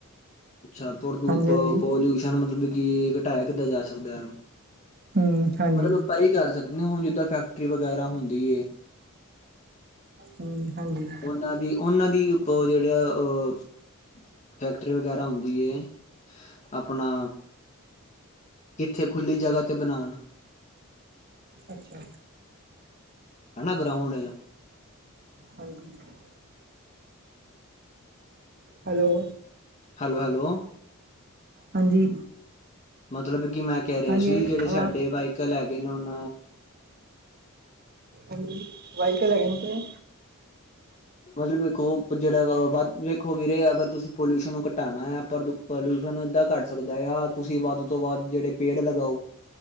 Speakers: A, on the left; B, on the right.
A: ਅੱਛਾ
B: ਹਾਂਜੀ ਹਾਂਜੀ
A: ਪੋਲਿਊਸ਼ਨ ਮਤਲਬ ਕਿ ਘਟਾਇਆ ਕਿੱਦਾਂ ਜਾ ਸਕਦਾ ਹੈ।
B: ਹੂੰ ਹਾਂਜੀ
A: ਮਤਲਬ ਆਪਾਂ ਇਹੀ ਕਰ ਸਕਦੇ ਹਾਂ ਹੁਣ ਜਿੱਦਾਂ ਫੈਕਟਰੀ ਵਗੈਰਾ ਹੁੰਦੀ ਏ।
B: ਹੂੰ ਹਾਂਜੀ
A: ਉਹਨਾਂ ਦੀ ਉਹਨਾਂ ਦੀ ਉਹ ਜਿਹੜੇ ਆ ਉਹ ਫੈਕਟਰੀ ਵਗੈਰਾ ਹੁੰਦੀ ਹੈ ਆਪਣਾ ਕਿੱਥੇ ਖੁੱਲੀ ਜਗ੍ਹਾ ਤੇ ਬਣਾਉਣ।
B: ਅੱਛਾ।
A: ਹਨਾ ਗਰਾਊਂਡ
B: ਹਾਂਜੀ ਹਾਂਜੀ। ਹੈਲੋ।
A: Hello hello.
B: ਹਾਂਜੀ।
A: ਮਤਲਬ ਕਿ ਮੈਂ ਕਹਿ ਰਿਹਾ
B: ਹਾਂਜੀ
A: ਸੀ। ਜਿਹੜੇ
B: ਆਵਾਜ਼
A: ਸਾਡੇ ਵਾਈਕਲ ਹੈਗੇ ਨੇ ਹੁਣ
B: ਹਾਂਜੀ। ਵਾਹੀਕਾਲ ਹੈਗਨ ਤੇ
A: ਮਤਲਬ ਵੇਖੋ, ਜਿਹੜਾ ਵੱਧ, ਵੇਖੋ ਵੀਰੇ ਅਗਰ ਤੁਸੀਂ ਪੋਲਿਊਸ਼ਨ ਨੂੰ ਘਟਾਣਾ ਹੈ ਪਰ ਪੋਲਿਊਸ਼ਨ ਏਦਾਂ ਘੱਟ ਸਕਦਾ ਆ। ਤੁਸੀਂ ਵੱਧ ਤੋਂ ਵੱਧ ਜਿਹੜੇ ਪੇੜ ਲਗਾਓ।